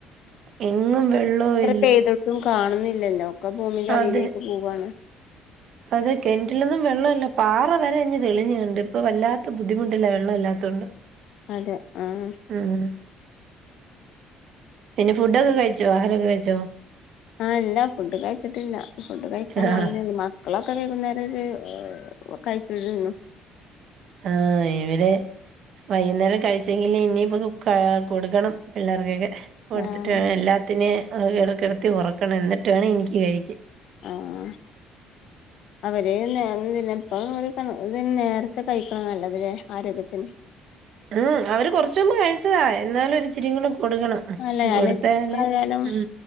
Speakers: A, on the right; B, on the left.
A: എങ്ങും വെള്ളംവെ
B: പെയ്ത്ട്ടും കാണുന്നില്ലല്ലോ ഒക്കെ ഭൂമിന്റെ അടിയിലേക്ക്
A: അതെ
B: പോവണ്.
A: അതെ കെൻന്റിലൊന്നും വെള്ളംല്ല പാറ വരെ ഞ് തെളിഞ്ഞുണ്ട് ഇപ്പൊ വല്ലാത്ത ബുദ്ധിമുട്ടല്ല വെള്ളം ഇല്ലാത്തൊണ്ട്
B: അതെ ആഹ്
A: ഉം ഉം പിന്നെ ഫുഡൊക്കെ കഴിച്ചോ ആഹാരൊക്കെ കഴിച്ചോ?
B: ആ അല്ല ഫുഡ് കഴിച്ചിട്ടില്ല ഫുഡ് കഴിക്കാനാവുന്നെ
A: ആഹ്
B: ഉള്ളു മ മക്കളൊക്കെ വൈകുന്നേരം ഒരു കഴ്ചൊഴുൽ
A: ഹാ ഇവരെ വൈകുന്നേരം കഴിച്ചെങ്കിൽ ഇനി ഇപ്പൊ കൊടുക്കണം പിള്ളേർകെക്കെ കൊടുത്തിട്ട്
B: ആഹ്
A: വേണം എല്ലാത്തിനും ഇിടക്കിടത്തി ഒറക്കണം എന്നിട്ട് വേണ് എനിക്ക് കഴിക്ക
B: ആഹ് അവര് ന്നേ ഇപ്പ ഇ നേരത്തെ കഴിക്കണം നല്ലതേ ആരോഗ്യത്തിന്.
A: ഉം അവര് കൊറച് മുമ്പ് കഴിച്ചതാ എന്നാലും ഒരു ഇചിരിങ് കൊടുക്കണം
B: അല്ല
A: കൊടുത്തല്
B: അല്ല ക്കായാലും
A: ഉം